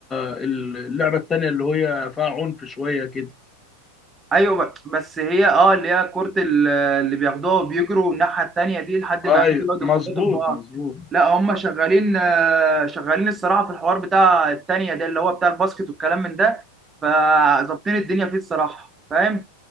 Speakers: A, on the left; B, on the right.
A: اللعبه التانيه اللي هي فيها عنف شويه كده
B: ايوه ب- بس هي اه اللي هي كرة ال- اللي بياخدوها وبيجروا الناحية التانية دي لحد ما يعدي
A: ايوه
B: يقعدوا يخبطوا
A: مظبوط
B: في بعض
A: مظبوط
B: لا هم شغالين آه، شغالين الصراحة في الحوار بتاع التانية ده اللي هو بتاع الباسكت والكلام من ده فظابطين الدنيا فيه الصراحة فاهم